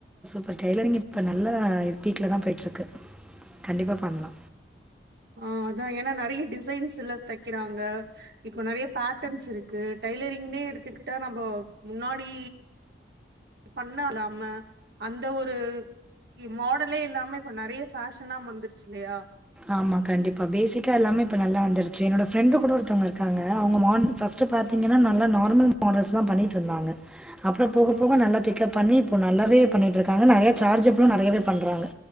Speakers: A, in the centre; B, on the right.
A: இப்ப டெய்லரிங் இப்ப நல்லா பீக்லதா போய்ட்டிருக்கு கண்டிப்பாக பண்லா
B: ஆஹ அதா ஏன்னா நெறைய டிசைன்ஸ்யில தைக்கிறாங்க இப்போ நெறைய பேட்டன்ஸ் இருக்கு டைலரிங்யிலேயே எடுத்துக்கிட்டா நம்ப முன்னாடி பண்ண இல்லாம அந்த ஒரு இ மாடலே இல்லாம இப்ப நெறைய ஃபேஷனா வந்துருச்சில்லையா
A: ஆமா கண்டிப்பா பேசிக்கா எல்லாமே இப்ப நல்லா வந்துருச்சு என்னோட ஃப்ரெண்டு கூட ஒருத்தவங்க இருக்காங்க அவங்கமான் ஃபஸ்ட்டு பாத்தீங்கன்னா நல்லா நார்மல் மாடல்ஸ் தா பண்ணிட்டிருந்தாங்க அப்ரோ போக
B: ஓகே.
A: போக நல்லா பிக்கப் பண்ணி இப்போ நல்லாவே பண்ணிட்டிருக்கா தாங்க நெறயா சார்ஜ்ஜபலு நெறயவே பண்றாங்க